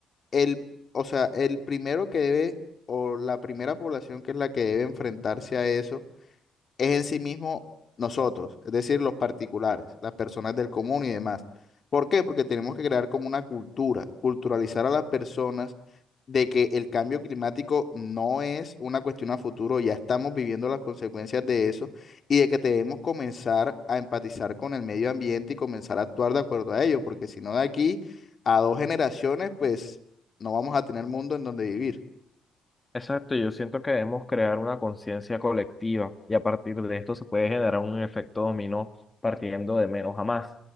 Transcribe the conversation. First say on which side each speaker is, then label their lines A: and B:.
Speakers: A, on the left (about 50°); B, on the left (about 20°).
A: el, o sea, el primero que debe o la primera población que es la que debe enfrentarse a eso es en sí mismo nosotros, es decir, los particulares, las personas del común y demás. ¿Por qué? Porque tenemos que crear como una cultura, culturalizar a las personas de que el cambio climático no es una cuestión a futuro, ya estamos viviendo las consecuencias de eso y de que debemos comenzar a empatizar con el medio ambiente y comenzar a actuar de acuerdo a ello, porque si no de aquí a dos generaciones, pues no vamos a tener mundo en donde vivir.
B: Exacto, yo siento que debemos crear una conciencia colectiva y a partir de esto se puede generar un efecto dominó partiendo de menos a más.